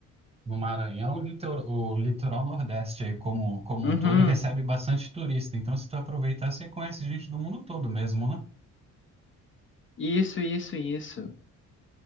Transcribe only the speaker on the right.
no Maranhão, o litor- o litoral Nordeste aí como, como
um todo recebe bastante turista. Então se tu aproveitar, você conhece gente do mundo todo mesmo, né?